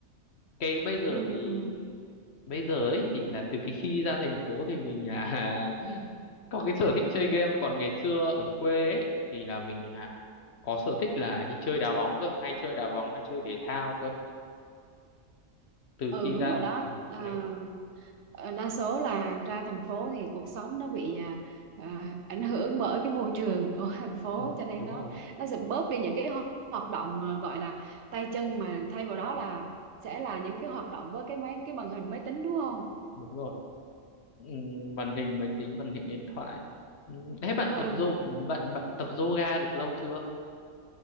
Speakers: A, on the left; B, on the right.
A: cái bây giờ
B: ừ,
A: thì
B: ừ.
A: bây giờ ấy thì là từ cái khi ra thành phố thì mình là <laughs> có cái sở thích chơi game còn ngày xưa ở quê ấy thì là mình à, có sở thích là đi chơi đá bóng cơ hay chơi đá bóng hay chơi thể thao cơ từ
B: ừ
A: khi
B: đúng
A: ra
B: rồi đó
A: ừ,
B: à,
A: đấy
B: ờ, đa số là ra thành phố thì cuộc sống nó bị à, à, ảnh hưởng bởi cái môi trường <laughs> ở thành phố
A: ừ,
B: cho nên
A: đúng
B: nó
A: rồi
B: nó sẽ bớt đi những cái ho- hoạt động mà gọi là tay chân mà thay vào đó là sẽ là những cái hoạt động với cái máy cái màn hình máy tính đúng không
A: đúng rồi Ừm, màn hình máy tính màn hình điện thoại Ừm, thế bạn
B: ừ
A: tập yo bạn bạn tập yoga được lâu chưa